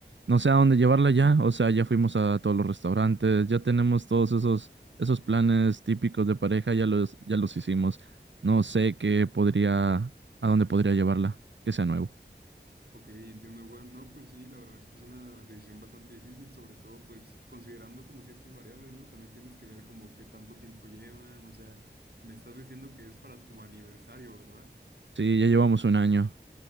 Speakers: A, on the right; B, on the right.
A: no sé a dónde llevarla ya. O sea, ya fuimos a todos los restaurantes, ya tenemos todos esos, esos planes típicos de pareja, ya los, ya los hicimos. No sé qué podría, a dónde podría llevarla, que sea nuevo.
B: Ok, entiendo Juan. No, pues sí, la verdad es que es una decisión bastante difícil, sobre todo pues considerando como ciertas variables, ¿no? También tienes que ver como qué tanto tiempo llevan, o sea, me estás diciendo que es para tu aniversario, ¿verdad?
A: Sí, ya llevamos un año.